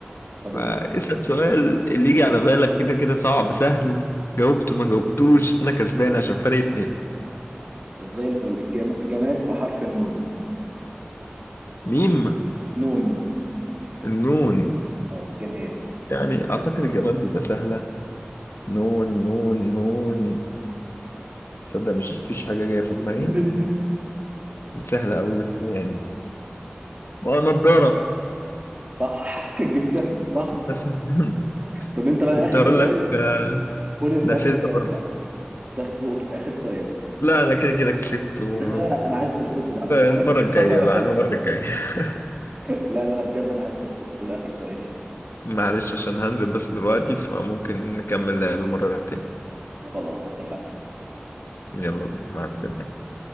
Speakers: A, on the left (about 85°); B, on the right (about 35°).
A: فاسأل
B: فاضل
A: سؤال اللي يجي على بالك كده كده صعب سهل جاوبته ما جاوبتوش انا كسبان عشان فرق اتنين
B: طب زي الفل جم... جماد بحرف النون
A: ميم
B: نون
A: النون
B: اه جماد
A: يعني اعتقد الجماد بيبقى سهله نون نون نون تصدق مش فيش حاجة جاية في دماغي
B: <laughs>
A: سهلة قوي بس يعني اه نضارة
B: صح <laughs> جبتها صح
A: بس <laughs>
B: طب انت بقى
A: كنت
B: آخر
A: هقول
B: سؤال
A: لك آه،
B: قول انت
A: نافذة
B: آخر سؤال
A: برضه
B: بقى طب قول آخر سؤال
A: لا أنا كده كده كسبت و-
B: لا لا لا، انا عايز فرصتي بعد اذنك
A: المرة الجاية
B: <laughs>
A: بقى المرة الجاية <laughs>
B: لا لا لا بجد انا عايز فرصتي وده اخر سؤال
A: معلش عشان هنزل بس دلوقتي فممكن نكمل لعب مرة تاني
B: خلاص اتفقنا
A: يلا بينا مع السلامة